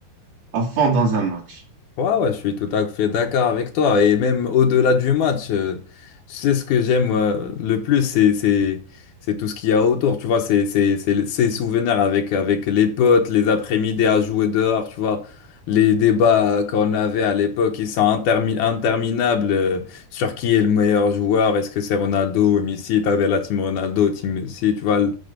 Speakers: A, on the right; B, on the left.
A: à fond dans un match.
B: Ouais, ouais, je suis tout à fait d'accord avec toi. Et même au-delà du match, euh, tu sais ce que j'aime euh, le plus, c'est, c'est, c'est tout ce qu'il y a autour. Tu vois, c'est, c'est, c'est le- ces souvenirs avec, avec les potes, les après-midi à jouer dehors, tu vois. Les débats qu'on avait à l'époque, ils sont intermi- interminables euh, sur qui est le meilleur joueur. Est-ce que c'est Ronaldo ou Messi? T'avais la team Ronaldo, team Messi, tu vois. le-